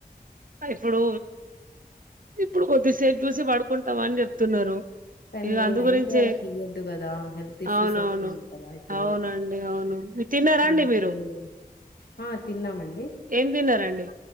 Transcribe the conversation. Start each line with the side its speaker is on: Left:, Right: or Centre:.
Right: ఇప్పుడు ఇప్పుడు కొద్దిసేపు చూసి పడుకుంటావా అని చెప్తున్నారు
Left: కానీ
Right: ఇగ అందు
Left: నైట్
Right: గురించే
Left: వరకు ఇయ్యద్దు కదా హెల్త్ ఇష్యూస్
Right: అవునవును
Left: వస్తుంది కదా ఇప్పుడు
Right: అవునండి అవును మీ తిన్నారా
Left: చిన్నప్పుడు
Right: అండి మీరు
Left: ఆ తిన్నామండి
Right: ఏం తిన్నారండి